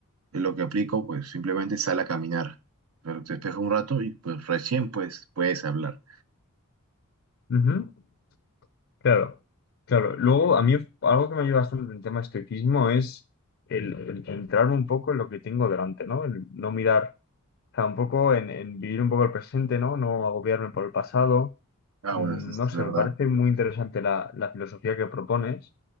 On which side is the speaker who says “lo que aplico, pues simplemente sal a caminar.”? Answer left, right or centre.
Right